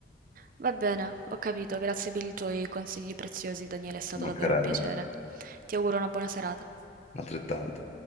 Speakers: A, on the right; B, on the left.
A: va bene, ho capito. Grazie per i tuoi consigli preziosi, Daniele, è stato
B: ci mancherebbe
A: davvero un piacere. Ti auguro una buona serata.
B: altrettanto.